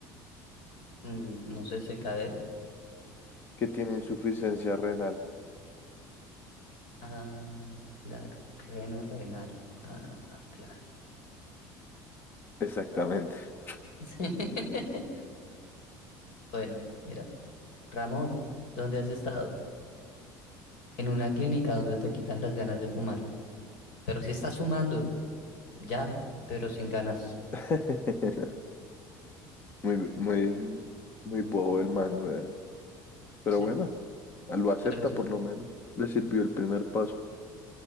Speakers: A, on the left (about 75°); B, on the left (about 25°).
A: Mm, no sé, se cae.
B: Que tiene insuficiencia renal.
A: Ah, claro. Reno renal. Ah, claro. <laughs>
B: Exactamente.
A: Sí. Bueno, mira. Ramón, ¿dónde has estado? En una clínica donde te quitan las ganas de fumar. Pero si estás fumando. Ya, pero sin ganas.
B: <laughs> Muy, muy, muy bobo el man, weón. Pero
A: Sí,
B: bueno, lo acepta
A: pero sí.
B: por lo menos. Le sirvió el primer paso.